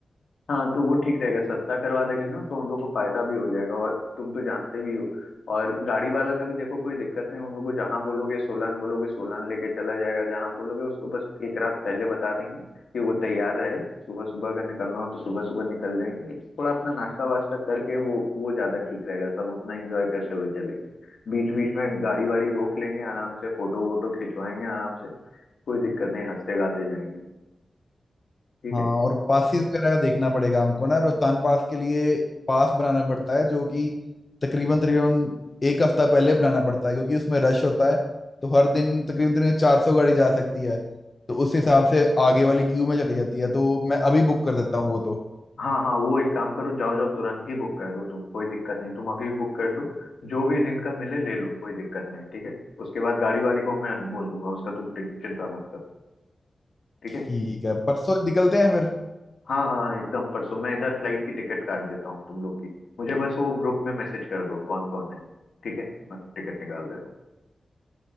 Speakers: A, on the left (about 75°); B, on the left (about 30°).
A: हाँ तो वो ठीक रहेगा सस्ता करवा देंगे ना तो हम लोग को फायदा भी हो जाएगा और तुम तो जानते भी हो और गाड़ी वाला का भी देखो कोई दिक्कत नहीं उन लोग को जहाँ बोलोगे सोलान बोलोगे सोलान लेके चला जाएगा जहाँ बोलोगे उसको बस एक रात पहले बता देंगे कि वो तैयार रहे सुबह सुबह अगर निकलना हो तो सुबह सुबह निकल जाएंगे नहीं थोड़ा अपना नाश्ता वास्ता करके वो वो ज्यादा ठीक रहेगा सब अपना एंजॉय करते हुए चलेंगे बीच बीच में गाड़ी वाड़ी रोक लेंगे आराम से फोटो वोटो खिंचवाएंगे आराम से कोई दिक्कत नहीं हंसते गाते जाएंगे ठीक
B: हाँ और पासिस वगैरह का देखना पड़ेगा हमको ना रोहतांग पास के लिए पास बनाना पड़ता है जो कि तकरीबन तकरीबन एक हफ्ता पहले बनाना पड़ता है क्योंकि उसमें रश होता है तो हर दिन तकरीबन तकरीबन चार सौ गाड़ी जा सकती है तो उस हिसाब
A: है
B: से आगे वाली क्यू में चली जाती है तो मैं अभी बुक कर देता हूँ वो तो
A: हाँ हाँ वो एक काम करो जाओ जाओ तुरंत ही बुक कर दो तुम कोई दिक्कत नहीं तुम अभी बुक कर दो जो भी दिन का मिले ले लो कोई दिक्कत नहीं ठीक है उसके बाद गाड़ी वाली को मैं बोल दूंगा उसका तुम टिक- चिंता मत करो ठीक
B: ठीक
A: है
B: है परसों निकलते हैं फिर
A: हाँ हाँ हाँ, एकदम परसों मैं इधर फ्लाइट की टिकट काट देता हूँ तुम लोग की मुझे बस वो ग्रुप में मैसेज कर दो कौन कौन है ठीक है मैं टिकट निकाल दे रहा हूँ